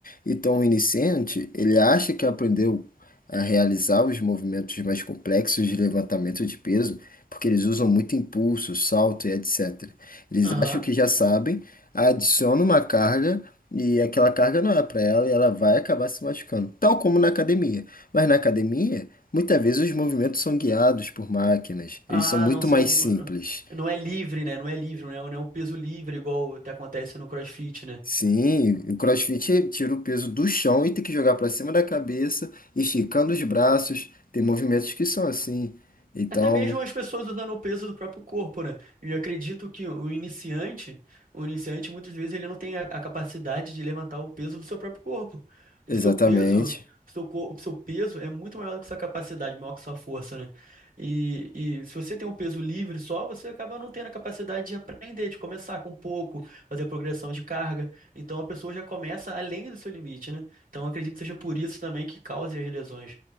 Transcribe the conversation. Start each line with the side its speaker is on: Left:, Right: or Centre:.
Left: Então, o iniciante, ele acha que aprendeu a realizar os movimentos mais complexos de levantamento de peso, porque eles usam muito impulso, salto e etc. Eles
Right: Aham.
Left: acham que já sabem, adicionam uma carga e aquela carga não é para ela e ela vai acabar se machucando, tal como na academia. Mas na academia, Muitas vezes os movimentos são guiados por máquinas,
Right: Ah,
Left: eles são muito
Right: não são.
Left: mais simples.
Right: Não é livre, né? Não é livre, não é, não é um peso livre igual até acontece no CrossFit, né?
Left: Sim, o CrossFit tira o peso do chão e tem que jogar para cima da cabeça, esticando os braços. Tem movimentos que são assim. Então,
Right: Até mesmo as pessoas usando o peso do próprio corpo, né? E eu acredito que o iniciante, o iniciante muitas vezes ele não tem a, a capacidade de levantar o peso do seu próprio corpo.
Left: exatamente.
Right: O seu peso, o seu, cor- o seu peso é muito maior do que sua capacidade, maior que sua força, né? E, e se você tem um peso livre só, você acaba não tendo a capacidade de aprender, de começar com pouco, fazer progressão de carga. Então a pessoa já começa além do seu limite, né? Então eu acredito que seja por isso também que cause as lesões.